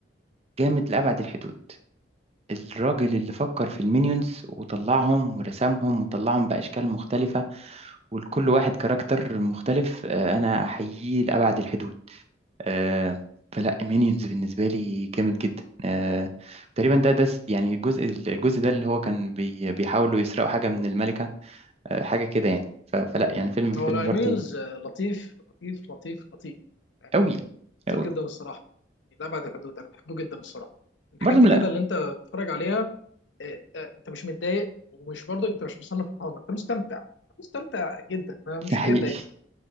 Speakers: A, on the right; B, on the left.
A: جامد لأبعد الحدود الراجل اللي فكر في المينيونز وطلعهم ورسمهم وطلعهم بأشكال مختلفة ولكل واحد كاركتر مختلف آه، أنا أحييه لأبعد الحدود آه، فلا مينيونز بالنسبة لي جامد جدا آه، تقريبا ده ده س- يعني الجزء الجزء ده اللي هو كان بي- بيحاولوا يسرقوا حاجة من الملكة آه، حاجة كده يعني ف- فلا يعني فيلم فيلم
B: هو لا
A: برضه
B: مينيونز لطيف لطيف لطيف لطيف يعني
A: أوي أوي
B: لطيف جدا الصراحه يعني لا بعد الحدود انا بحبه جدا الصراحه من الحاجات
A: برضه
B: كده
A: لا
B: اللي انت بتتفرج عليها آه، آه، انت مش متضايق ومش برضه انت مش مصنف قائمه انت مستمتع مستمتع جدا ما- مش
A: ده حقيقي
B: حاجه تضايق